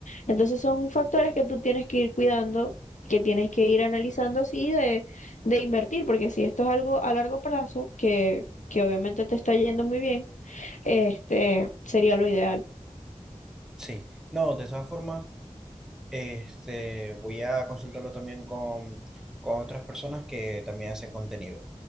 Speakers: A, on the left (about 85°); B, in the centre.
A: Entonces son factores que tú tienes que ir cuidando, que tienes que ir analizando así de, de invertir, porque si esto es algo a largo plazo, que, que obviamente te está yendo muy bien este, sería lo ideal.
B: Sí. No, de todas formas, Este, voy a consultarlo también con, con otras personas que también hacen contenido